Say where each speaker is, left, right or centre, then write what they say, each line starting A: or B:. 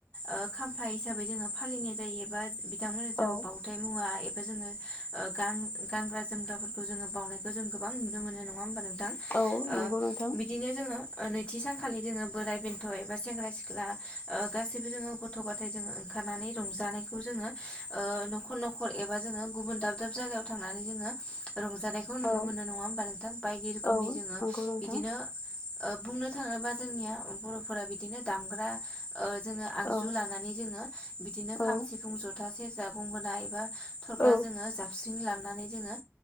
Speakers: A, on the left; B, on the left.
A: ओ खाम्फा हिसाबै जोङो फालिनाय जायो एबा बिथांमोननो जों
B: औ
A: बाउथाइ मुवा ए जोङो ओ गान गानग्रा जोमग्राफोरखौ जोङो बावनायखो जों गोबां नुनो मोनो नङा होनबा नों थां
B: औ
A: ओ
B: नंगौ नोंथां
A: बिदिनो जोङो नै सानखालि जोङो बोराय बेन्थ' एबा सेंग्रा सिख्ला गासैबो जोङो गथ' गथाय जोङो ओंखारनानै रंजानायखौ जोङो ओ न'खर न'खर एबा जोङो गुबुन दाब-दाब जायगायाव थांनानै जोङो रंजानायखौ नुनो
B: औ
A: मोनो नङा होमबा नोंथां बायदि रोखोमनि
B: औ
A: जोङो
B: नंगौ नोंथां
A: बिदिनो ओ बुंनो थाङोबा जोंनिया बर'फोरा बिदिनो दामग्रा ओ जोङो आगजु
B: औ
A: लानानै जोङो बिदिनो
B: औ
A: खाम सिफुं जथा सेरजा गंगोना एबा थरखा
B: औ
A: जोङो जाबस्रिं लाबनानै जोङो